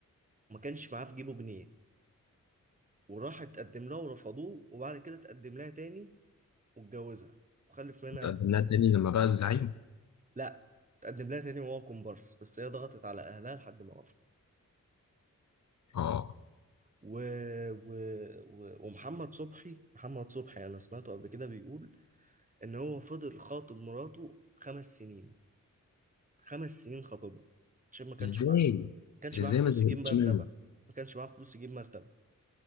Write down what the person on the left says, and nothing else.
تقدم لها تاني لما بقى الزعيم
اه
ازاي
ازاي
ما زهقتش
منه